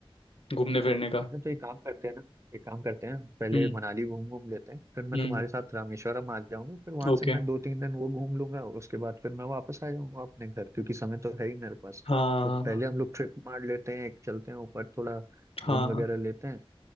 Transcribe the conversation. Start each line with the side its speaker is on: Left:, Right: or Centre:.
Left: घूमने फिरने का
Right: हाँ, तो एक काम करते हैं ना एक काम करते हैं पहले
Left: हम्म
Right: मनाली घूम घूम लेते हैं फिर मैं
Left: हम्म
Right: तुम्हारे साथ रामेश्वरम आ जाऊंगा फिर वहां
Left: ओके
Right: से मैं दो तीन दिन वो घूम लूंगा उसके बाद फिर मैं वापस आ जाऊंगा अपने घर क्योंकि समय तो है ही मेरे पास
Left: हाँ
Right: तो पहले हम लोग ट्रिप मार लेते हैं एक चलते हैं ऊपर थोड़ा
Left: हाँ
Right: घूम वगैरह लेते हैं